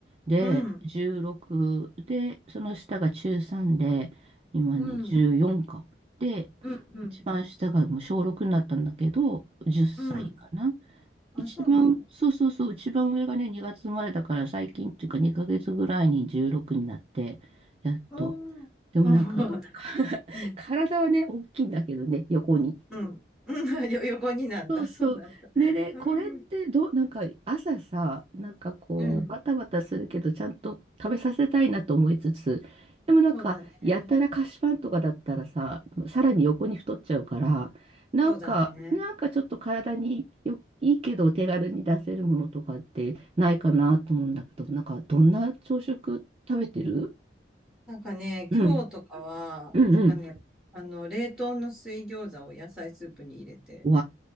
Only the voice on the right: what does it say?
で、
16で、その下が中3で、今ね、
14か。で、
一番下がもう小6になったんだけど、10歳かな。
一番、
そうそうそう、一番上がね、2月生まれだから最近っていうか2ヶ月ぐらいに16になって、やっと。
でもなんか、
か <laughs>
体はね、大きいんだけどね、横に。
そうそう。
でね、
これってどう、なんか朝さ、なんかこう、
バタバタするけど、ちゃんと食べさせたいなと思いつつ、でもなんか、
やたら菓子パンとかだったらさ、さらに横に太っちゃうから、なんか、
なんかちょっと体によ、いいけど、お手軽に出せるものとかってないかなと思うんだけど、なんか、どんな朝食食べてる
うん、
うん、
うん。
わ